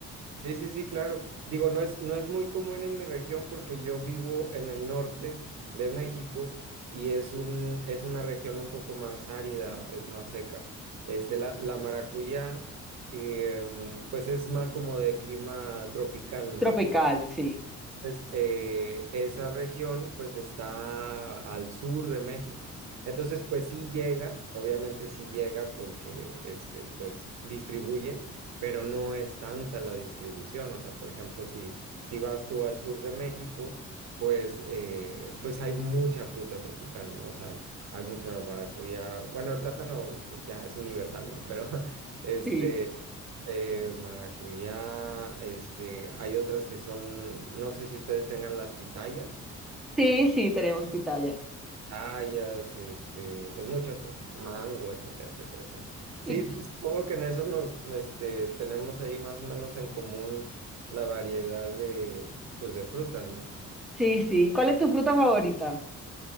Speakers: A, on the right; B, in the centre.
A: Sí, sí, sí, claro. Digo, no es, no es muy común en mi región porque yo vivo en el norte de México y es un, es una región un poco más árida, es más seca. Este, la, la maracuyá, em, pues es más como de clima tropical, ¿no?
B: Tropical, sí,
A: Entonces, eh, esa región pues está al sur de México. Entonces, pues sí llega, obviamente sí llega porque este, pues distribuyen, pero no es tanta la distribución. O sea, por ejemplo, si, si vas tú al sur de México, pues, eh, pues hay mucha fruta tropical, ¿no? O sea, hay, hay mucha maracuyá. Bueno, el plátano pues ya es universal, ¿no? Pero <laughs> este
B: sí,
A: eh, maracuyá, este, hay otras que son, no sé si ustedes tengan las pitayas,
B: sí, sí, tenemos pitaya.
A: pitayas, este, pues muchas cosas, ¿no? mango, etcétera, etcétera, etcétera. Sí,
B: Y,
A: supongo que en eso nos, este, tenemos ahí más o menos en común la variedad de, pues de frutas, ¿no?
B: sí, sí, ¿cuál es tu fruta favorita?